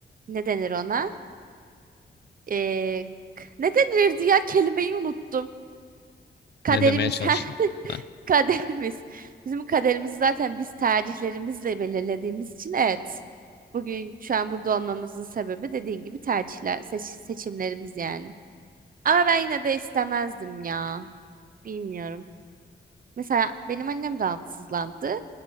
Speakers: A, on the right; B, on the left.
A: ne denir ona? Ee, k- ne denilirdi ya kelimeyi unuttum. Kaderimiz
B: ne demeye çalıştın?
A: <laughs> her
B: Ha.
A: kaderimiz. Bizim kaderimizi zaten biz tercihlerimizle belirlediğimiz için evet. Bugün şu an burada olmamızın sebebi dediğin gibi tercihler, seç- seçimlerimiz yani. Ama ben yine de istemezdim ya. Bilmiyorum. Mesela benim annem rahatsızlandı.